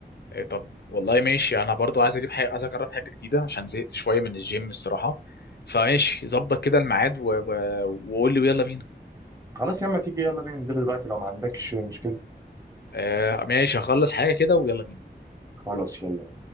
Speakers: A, on the left; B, on the right.
A: إيه، طب والله ماشي انا برضو عايز اجيب حاجه عايز اجرب حاجه جديده عشان زهقت شويه من الجيم الصراحه فماشي ظبط كده الميعاد و- و- وقول لي ويلا بينا
B: خلاص يا اما تيجي يلا بينا ننزل دلوقتي لو ما عندكش مشكلة
A: آه ماشي هخلص حاجه كده ويلا بينا
B: خلاص يلا